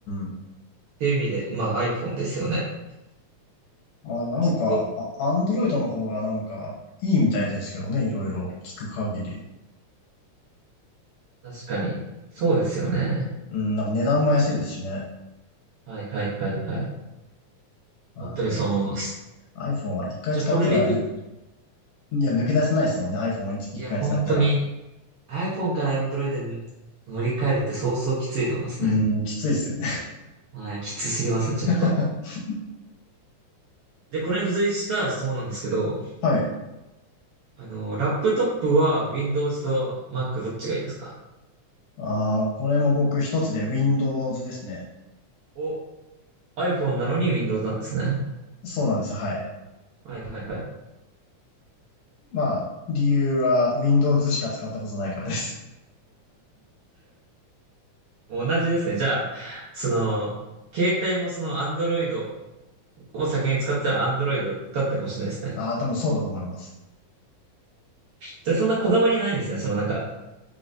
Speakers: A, on the left; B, on the right.
A: ん。
B: っていう意味で、まあ iPhone ですよね。
A: まあなんか、
B: ずっと。
A: アンドロイドの方がなんかいいみたいですけどね、いろいろ聞く限り。
B: 確かに。そうですよね。
A: うん、なんか値段も安いですしね。
B: はいはいはいはい。
A: まあね、
B: 本当にそう思います。
A: iPhone は一回使ったら、
B: じゃあこれにふ、
A: ね、
B: い
A: いや、抜け出せないですもんね、iPhone を一一回使ったら。
B: や、本当に iPhone から Android に乗り換えるってそうそうきついと思いますね。
A: うん、きついですよね。
B: はい、きつすぎますね、ちょっと。
A: <laughs>
B: で、これに付随した質問なんですけど、
A: はい。
B: あの、ラップトップは Windows と Mac どっちがいいですか
A: ああ、これも僕一つで Windows ですね。
B: お、iPhone なのに Windows なんですね。
A: そうなんです。はい。
B: はいはいはい。
A: まあ、理由は Windows しか使ったことないからです。
B: 同じですね。じゃあ、その、携帯もその Android を先に使ってたら Android だったかもしれないですね。
A: <laughs> ああ、多分そうだと思います。
B: じゃあそんなこだわりはないんですね。そのなんか、